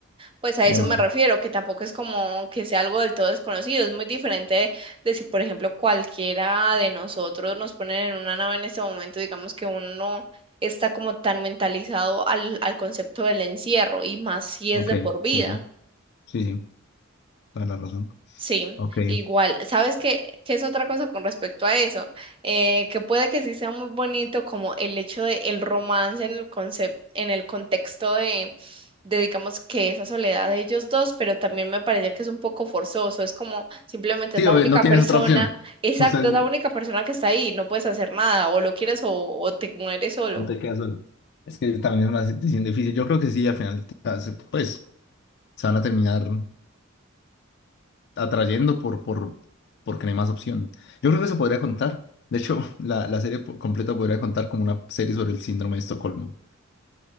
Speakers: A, on the right; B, on the left.
A: pues a
B: De
A: eso
B: manera.
A: me refiero, que tampoco es como que sea algo del todo desconocido, es muy diferente de de si, por ejemplo, cualquiera de nosotros nos ponen en una nave en este momento, digamos que uno está como tan mentalizado al, al concepto del encierro y más si
B: Ok,
A: es de por vida.
B: sí, sí. Sí, sí. Toda la razón.
A: Sí,
B: Ok.
A: igual. ¿Sabes qué, qué es otra cosa con respecto a eso? Eh, que puede que sí sea muy bonito como el hecho de el romance en el concepto, en el contexto de, de, digamos, que esa soledad de ellos dos, pero también me parece que es un poco forzoso. Es como simplemente
B: Sí,
A: es la
B: obvio,
A: única
B: no tienes
A: persona,
B: otra opción. <laughs>
A: exacto,
B: O sea, es-
A: es la única persona que está ahí, no puedes hacer nada, o lo quieres o, o te mueres solo.
B: o te quedas solo. Es que también es una situación difícil. Yo creo que sí, al final, ta- se- pues, se van a terminar atrayendo por, por, porque no hay más opción. Yo creo que se podría contar. De hecho, <laughs> la, la serie po- completa podría contar como una serie sobre el síndrome de Estocolmo.